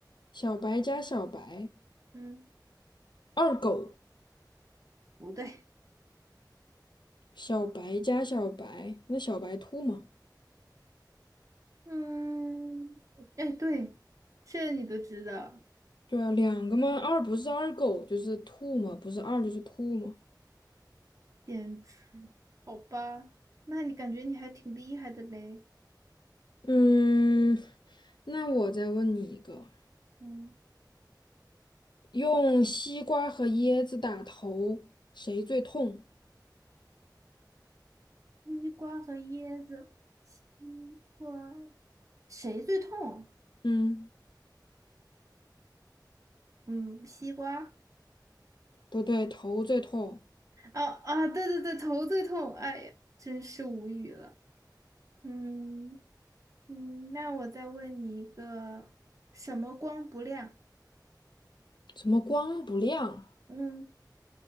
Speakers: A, on the left; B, on the right.
A: 小白加小白，
B: 嗯，
A: 二狗。
B: 不对，
A: 小白加小白，那小白兔嘛？
B: 嗯，哎，对，这你都知道，
A: 对啊，两个嘛，二不是二狗就是兔嘛，不是二就是兔嘛。
B: 电池，好吧？那你感觉你还挺厉害的嘞。
A: 嗯，那我再问你一个，
B: 嗯，
A: 用西瓜和椰子打头，谁最痛？
B: 西瓜和椰子，西瓜，谁最痛？
A: 嗯。
B: 嗯，西瓜。
A: 不对，头最痛。
B: 啊啊，对对对，头最痛，哎呀，真是无语了。嗯，嗯，那我再问你一个，什么光不亮？
A: 什么光不亮？
B: 嗯